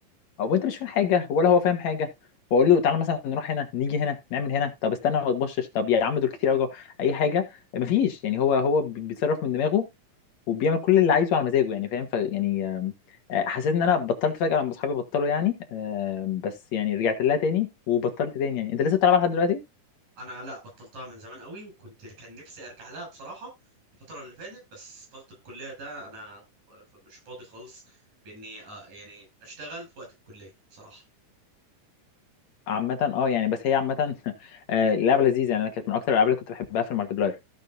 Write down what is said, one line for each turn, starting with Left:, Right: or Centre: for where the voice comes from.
Left: او انت مش فاهم حاجه ولا هو فاهم حاجه واقول له تعالى مثلا نروح هنا نيجي هنا نعمل هنا طب استنى ما تبصش طب يا عم دول كتير قوي اي حاجه مفيش يعني هو هو بي- بيتصرف من دماغه وبيعمل كل اللي عايزه على مزاجه يعني فاهم ف يعني آم، آه، حسيت ان انا بطلت فجاه لما اصحابي بطلوا يعني آم، بس يعني رجعت لها تاني وبطلت تاني يعني انت لسه بتلعبها لحد دلوقتي
Right: انا لا بطلتها من زمان قوي وكنت كان نفسي ارجع لها بصراحه الفتره اللي فاتت بس ضغط الكليه ده انا ف- مش فاضي خالص باني آه، يعني اشتغل في وقت الكليه بصراحه
Left: عامة اه يعني بس هي عامة <laughs> آه، لعبة لذيذة يعني انا كانت من اكتر الالعاب اللي كنت بحبها في المالتي بلاير